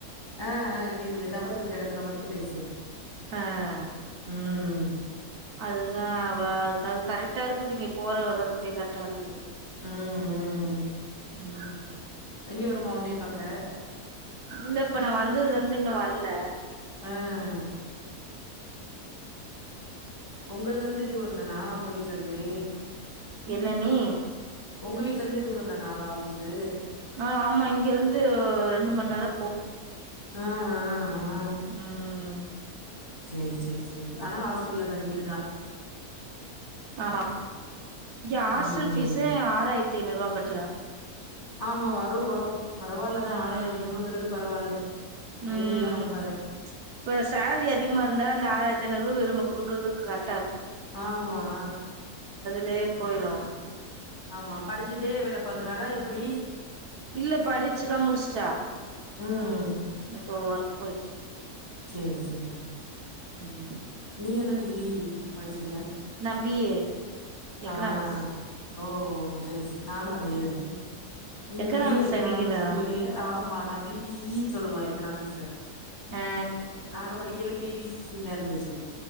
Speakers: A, on the left (about 35°); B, on the right (about 75°).
A: ஆ ஆ கேக்குது டவர் இருக்கற எடத்துல மட்டு பேசு
B: அஹ்
A: உம்
B: அதுதா அவ அதுக்கது கரெக்டா இருக்குது இங்க போற வர்றதுக்கே கரெக்டா இருக்குது
A: ம் ம்
B: உம்
A: இங்க வருமா ஒன்னய பாக்க
B: இல்ல இப்ப நா வந்ததுலருந்து இன்னு வர்ல
A: அஹ் ஒங்கதுலந்தே தூரந்தானா ஒங்க வீட்லருந்தே
B: என்ன அண்ணி
A: ஒங்க வீட்லருந்தே தூரந் தானா அவ ஆஃபீஸு
B: ஆ ஆமா இங்க இருந்து ரெண்டு மண் நேரோ
A: உம் அஹ் அஹ்
B: உம்
A: சேரி சேரி சேரி ஆனா ஹாஸ்டல்ல தங்கிருக்கா
B: ஆமா இங்க ஹாஸ்டல்
A: ம்
B: ஃபீஸே ஆறாயிரத் திநூறுவா கட்றா
A: ஆமா வரு வரு பரவால்லதா
B: உம்
A: ஆறாயிரத்தி ஐநூறுங்கிறது பரவால்லதா
B: உம்
A: வெளியல்லா ரொம்ப அத
B: இப்ப சேல்ரி அதிகமா இருந்தா அந்த ஆறாயிரத்தைநூறு ரூவா நம்ம குடுக்குறதுக் கரெ
A: ஆமா
B: லே போய்ரு
A: ஆமா படிச்சுட்டே வேல பாக்குறலா எப்புடி
B: இல்ல படிச்சுலா முடிச்ட்டா
A: ம்
B: இப்போ ஒர்க் போய்ட்ருக்கா
A: சேரி சேரி
B: உம்
A: நீ என்ன டிகிரி படிச்சிருக்க
B: நா பி ஏ எக்கனாமிக்ஸ்
A: ஆ ஓ சேரி சேரி நானு அதேதே
B: ம்
A: நீங்க
B: எக்கனாமிக்ஸா
A: பி ஏ எக்கனாமிக்ஸுன்
B: நீங்களு
A: சொல்றிய ஆமா நா பி பி ஈ ன்னு சொல்லுவோ எக்கனாமிக்ஸ்ச
B: ஆ
A: நாங்க படிக்கைல பி பி ஈ ந்தா இருந்துச்சு